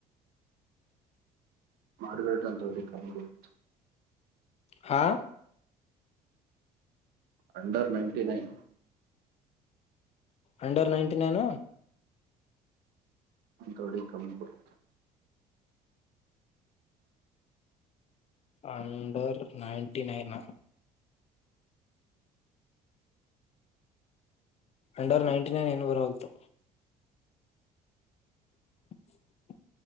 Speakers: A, on the right; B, on the left.
A: <unintelligible> <inaudible>
B: ಹಾ
A: under ninety nine
B: under ninety nine
A: ಅಂತ ವಡಿ ಕಮ್ಮಿ ಕೊಡುತೇ <unintelligible>
B: under ninety nine under ninety nine ಏನು ಬರತು <inaudible>